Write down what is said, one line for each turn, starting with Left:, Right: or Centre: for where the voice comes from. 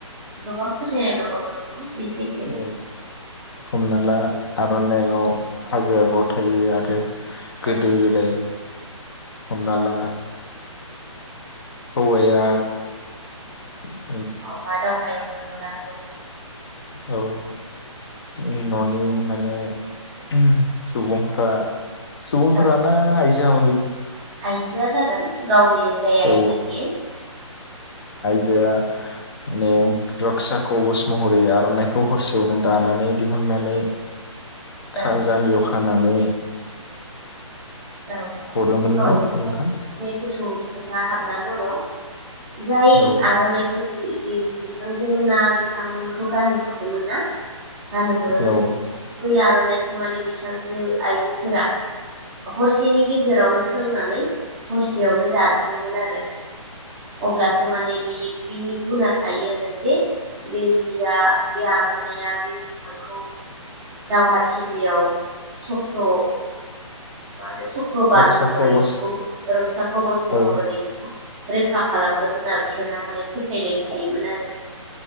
Centre: गोबां फोथायनाय दं औ नंगौ बि सैथो।
Left: औ हमना ला आर'नाइयाव हाजो आगर थायो आरो गोदो
Centre: औ
Left: गोदाय हमना ला। हौवाया औ
Centre: आवबा दावहायाव थाङोब्ला औ।
Left: औ उम न'नि माने उम सुबुंफ्रा। सुबुंफोराना
Centre: औ
Left: आइज <unintelligible>
Centre: आइजोआ जागोन गावनि नि जाय आइजो
Left: औ
Centre: बियो।
Left: बेया माने रक्सा कवस महरै आर'नाइखौ हरसेयावनो दानानै दिहुननानै खारजानि
Centre: औ
Left: अख खानानै।
Centre: औ
Left: हरोमोन
Centre: औ
Left: ना
Centre: बेहाय
Left: नोंथां
Centre: बे गोथौ खोथा हाब नानै दङ। जाय
Left: औ
Centre: आर'नाइखौ बि। बि बिथांजो मोना बिथांमोनखौ गानहो हरदोंमोन ना? गानहो हरोमोन
Left: औ
Centre: बै आर'नाइ। माने बिथांजो आइजोफोरा हरसेनि गेजेरावनो सोंनानै हरसेयावनो दाजोबोमोन आरो अब्लासो माने बे बिनि गुना थायो आरो जे बे जिया बे आर'नाइया बे बिफांखौ दावहाथिलियाव सक्र' मा होनो सक्रबान
Left: रक्सा
Centre: महरै
Left: कवच
Centre: बेखौ रोक्सा कबस महरै
Left: औ
Centre: बेखौ रैखा खालामगोन होनना बिसोरहा माने फोथायनाय थायोमोन आरो